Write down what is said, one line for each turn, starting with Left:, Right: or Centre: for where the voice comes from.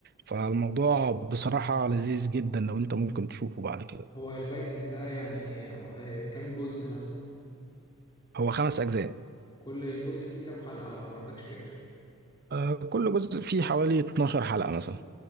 Right: فالموضوع بصراحة لذيذ جدا لو انت ممكن تشوفه بعد كده
Left: هو الفايكنج ده يعني ايه آه، آه، كام جزء مثلا
Right: هو خمس أجزاء
Left: كل الجزء فيه كام حلقة ولا ما عندكش فكرة
Right: آه، كل جزء فيه حوالي 12 حلقة مثلا